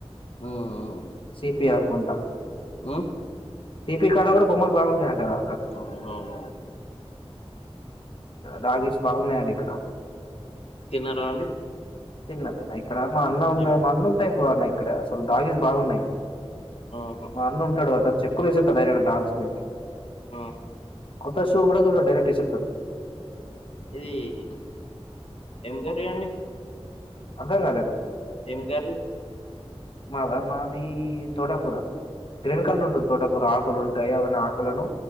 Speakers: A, on the left (about 75°); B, on the left (about 55°).
A: ఉమ్
B: సిపిి అకుంట
A: ఉమ్
B: సిపి కాడ కూడా కొమ్మల్ బాగుంటాయంట గా
A: అవునవును
B: దాగిస్ బాగున్నాయట ఇక్కడ
A: ార అండి
B: తిన్న తిన్న ఇక్కడ మా అన్న ఉన్న
A: ఏం
B: మా అన్ననుంటైపోవ్ అన్న ఇక్కడ అసలు దాగీస్ బాగున్నాయ్
A: ఆహా
B: మా అన్న ఉంటాడు అత చెక్కులు వేస్తేస్తడు డైరెక్ట్ డాగ్స్ మీకి
A: ఆహా
B: ఆకాష్ లో కూడ డైరెక్ట్ ఇసుర్తాడు
A: ఇది ఇది ఎంకరి అండి
B: అర్థం కాలేదు
A: ఏం కర్రి
B: మాద మాది తోట కూర గ్రీన్ కల్ర్ ఉంటుంది తోటకూర ఆకులు ఉంటాయి అవన్న ఆకులను